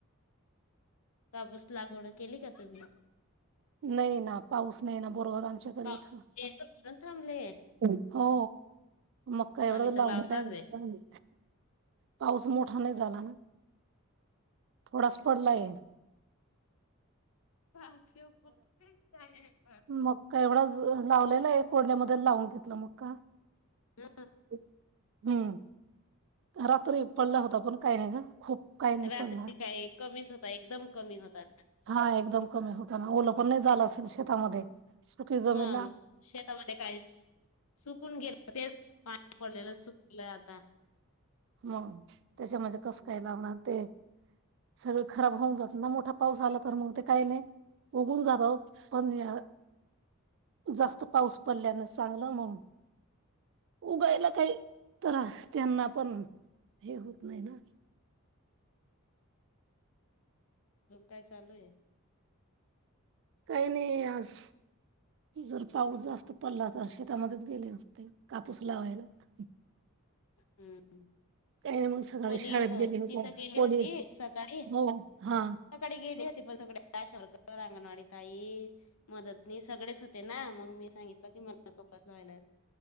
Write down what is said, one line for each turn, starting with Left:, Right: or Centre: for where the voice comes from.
Left: कापूस लागवड केली का तुम्ही.
Right: नाही ना पाऊस नाही ना बरोबर आमच्याकडे
Left: पाऊस
Right: इथं.
Left: येतो म्हणून थांबले
Right: हो. मक्का एवढं
Left: आम्ही तर
Right: लावलेला
Left: लावताच
Right: आहे पाऊस मोठा नाही झाला ना. थोडाच पडला आहे.
Left: बा ते प.
Right: मक्का का एवढा लावलेला कोडल्या मध्ये लावून घेतलं मक्का.
Left: हा
Right: <inaudible> हम्म रात्री पडला होता पण काही नाही का खूप काही नाही
Left: रात्री
Right: पडणार
Left: काय कमीच होता एकदम कमी होता
Right: हा एकदम कमी होताना ओल झालं असेल शेतामध्ये जमीन
Left: मग
Right: ना
Left: शेतामध्ये काहीच सुकून गेलं तेच पाणी पडलेलं सुकलं आता
Right: हो त्याच्यामध्ये कसं
Left: अजून
Right: काय लावणार ते सगळ खराब होऊन जात ना मोठा पाऊस आला तर मग ते काही नाही उगघून जाात पणणीया जास्त पाऊस पडल्यान चांगलं मग उगायला काही तर त्यांना पण हे होत नाही ना
Left: अजून काय चालू आहे
Right: काही नाही आज जर पाऊस जास्त पडला तर शेतामध्येच गेले असते कापूस लावायला
Left: हम्म
Right: काही नाही मग सकाळी
Left: ओलीओ
Right: शाळेत गेले होते
Left: तिथं गेली
Right: पोरी
Left: होती सकाळी सकाळी
Right: हो हा
Left: गेली होती पण सगळे शरकर अंगणवाडी ताई मदतनी सगळेच होते ना मग मी सांगितलं त मला कोपसला वयला